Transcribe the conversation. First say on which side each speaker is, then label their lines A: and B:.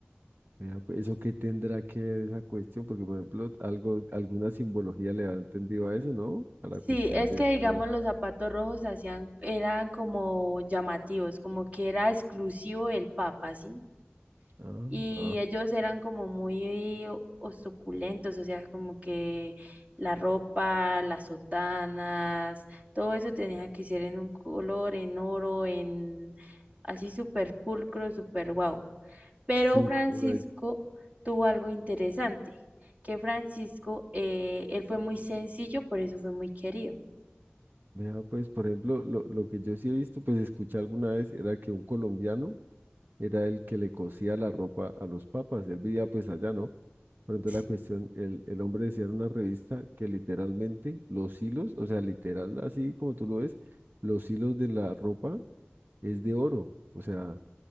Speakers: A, on the right; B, on the right.
A: vea pues, eso qué tendrá que ver esa cuestión, porque por ejemplo, algo, alguna simbología le ha entendido a eso, ¿no? A la
B: Sí,
A: cuestión
B: es
A: de,
B: que
A: de
B: digamos
A: los...
B: los zapatos rojos se hacían, eran como llamativos, como que era exclusivo del Papa, ¿sí?
A: Ah,
B: Y
A: ah,
B: ellos eran como muy o- o suculentos, o sea, como que la ropa, las sotanas, todo eso tenía que ser en un color, en oro, en así súper pulcro, súper guau. Pero
A: sí,
B: Francisco
A: por ahí.
B: tuvo algo interesante, que Francisco, eh, él fue muy sencillo, por eso fue muy querido.
A: Vea pues, por ejemplo, lo, lo que yo sí he visto, pues escuché alguna vez, era que un colombiano era el que le cosía la ropa a los papas. Él vivía pues allá, ¿no? Pero entonces
B: Sí,
A: la cuestión, el, el hombre decía en una revista que literalmente los hilos, o sea, literal, así como tú lo ves, los hilos de la ropa es de oro. O sea,